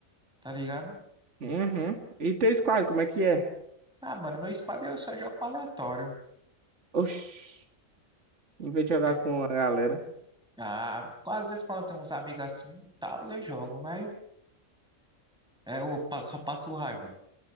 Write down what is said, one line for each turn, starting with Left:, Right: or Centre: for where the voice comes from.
Centre: tá ligado?
Right: Uhum. E teu squad, como é que é?
Centre: Ah, mano, meu squad eu só jogo com aleatório.
Right: Oxi. Em vez
Centre: Não
Right: de jogar
Centre: tenho.
Right: com a galera.
Centre: Ah, às vezes quando eu tenho uns amigos assim, tal, eu jogo, mas é, eu pa- só passo raiva.